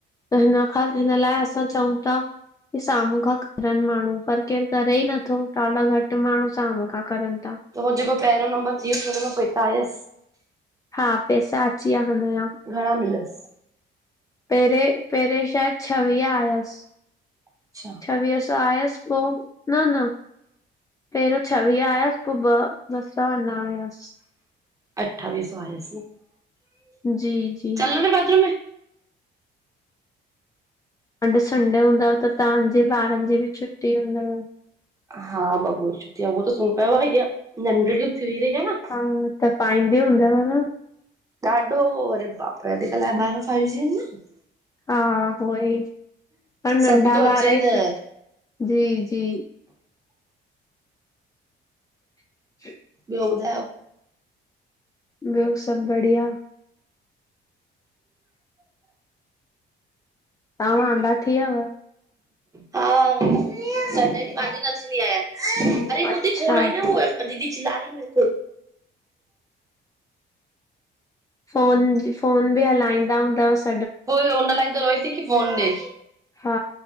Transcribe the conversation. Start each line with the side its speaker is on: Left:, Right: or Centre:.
Left: त हिनख हिन लाइ असां चऊं था। की साम्हूं खां करनि माण्हू पर केरु करे ई नथो ॾाढा घटि माण्हू साम्हूं खां करनि था।
Right: त हो जेको पहिरों नंबर वियोसि हुन मां पोइ हिता आयसि।
Left: हा पैसा अची विया हुनजा।
Right: घणा मिलसि?
Left: पहिरें पहिरें शायदि छवीह आयसि।
Right: अच्छा।
Left: छवीह सौ तवस आयसि पोइ न न। पहिरियों छवीह आयासीं पो ॿ ॿ सौ अञा आयासीं।
Right: अठावीह सौ आयस न।
Left: जी जी।
Right: बथरूम में।
Left: अॼु संडे हूंदव त तव्हांजे ॿारनि जी बि छुटी हूंदव?
Right: हा बबू ई छुटी आहे उहो त सुम्ह पियो आहे ह नंढड़ी उथी वेह रही आहे न।
Left: हा तपाई दी हूंदव न?
Right: ॾाढो करे बापरे अॼुकल्ह जा ॿार फाइव जी आहिन न।
Left: हा उ ई पर नंढा
Right: सभु थो अचेनि
Left: ॿार ई सुठ जी जी। <inaudible>
Right: ॿयो ॿुधायो?
Left: ॿयो सभ बढ़िया। तां वांंदा थी व्यव?
Right: हा, संडे ॾींह वांदी न थींदी आयां। अरे!
Left: अच्छा
Right: वो उते फ़ोन आई न, वो दीदी चिल्ला रई मेरे को।
Left: फ़ोन जी, फ़ोन बि हलाईंदा हूंदौस।
Right: उओई उन लाइ त रोए ती, की फ़ोन ॾे।
Left: हा,